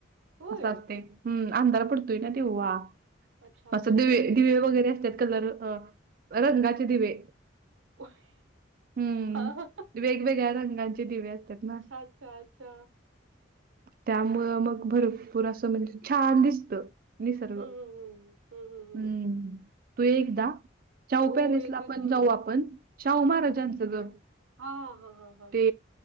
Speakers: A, on the right; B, on the right.
A: होय?
B: असं असते हम्म अंधार पडतोय ना तेव्हा.
A: अच्छा, अच्छा.
B: असं दिवे दिवे वगैरे असतात कलर अ रंगाचे दिवे.
A: होय...
B: हम्म.
A: हा हं
B: वेगवेगळ्या रंगांचे दिवे असतात ना
A: अच्छा, अच्छा.
B: त्यामुळं मग भरपूर असं म्हणजे छान दिसत निसर्ग
A: हं,
B: हम्म
A: हं, हं. हं, हं, हं.
B: तू एकदा शाहू
A: हो,
B: पॅलेस
A: येते
B: ला आपण
A: ना.
B: जाऊ आपण शाहू महाराजांचं घर
A: हा हंंहं
B: ते